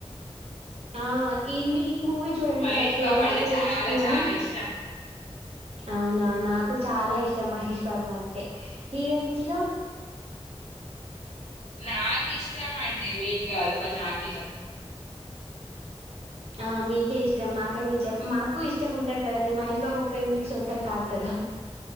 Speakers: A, on the right; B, on the left.
A: ఆ ఇ మీ ఈ మూవి చూడండి
B: మహేష్
A: ఇ కేరళ
B: బాబు అంటే
A: స్టోరీస్టు
B: చాలా
A: అని
B: చాలా ఇష్టం.
A: అవునా నాకు చాలా ఇష్టం మహేష్ బాబు అంటే హీరోయిన్స్ లో
B: నాకిష్టం అండి మీకు కాదు ఫస్ట్ నాకు ఇష్టం
A: ఆ మీకే ఇష్టం మాకని నేను చెప్ మాకు ఇష్టం ఉంటారు కదండి మహేష్ బాబు ఒక్కరి మీకు సొంతం కాదు కదా